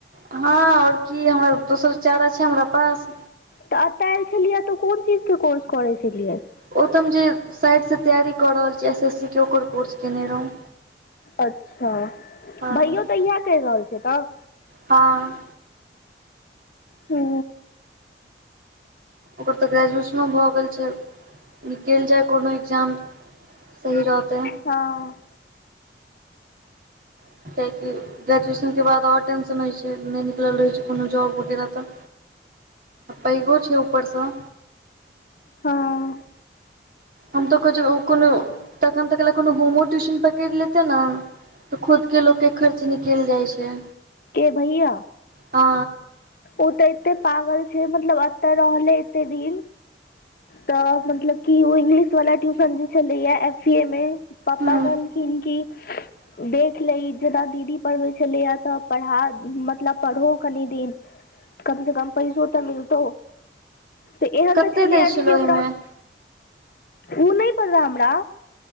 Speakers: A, on the right; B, on the left.
A: हँ आओर की हमर दोसर चारा छै हमरा पास
B: तऽ अतयल छलियै तऽ कोन चीज के कोर्स करे छलियै
A: ओ त हम जे साइड से तैयारी कऽ रहल छी एस एस सी के ओकर कोर्स केने रहौ
B: अच्छा
A: हँ
B: भइयो तऽ इएह क कहि रहल छ तऽ
A: हँ
B: हु
A: ओकर तऽ ग्रेजुएशनो भऽ गेल छै निकलि जाय कोनो एकग्जाम सही रहतै
B: हँ
A: <unintelligible> ग्रेजुएशनके बाद आओर टेंशन होइत छै नहि निकलल रहैत छै कोनो जॉब वगैरह तऽ पैघो छै ऊपरसँ
B: हँ
A: हम तऽ को कोनो तखन तक ल कोनो होमो ट्यूशन पेकैर लेते ने तऽ खुदके लोकके खर्च निकलि जाइ छै
B: के भैया
A: हँ
B: ओ तऽ एते पागल छै मतलब एतऽ रहले एते दिन तऽ मतलब की ओ इंग्लिश वाला ट्यूशन जे छलैया एफ सी ए मे पप्पा
A: हूँ
B: कहलखिन की देख ले जना दीदी पढ़बे छलैया तऽ पढ़ा मतलब पढ़ो कनि दिन कम से कम पैसो तऽ मिलतौ तऽ एहन
A: कते
B: तऽ छलै
A: दै
B: यान कि
A: ओहिमे
B: ओकरा ओ नहि पता हमरा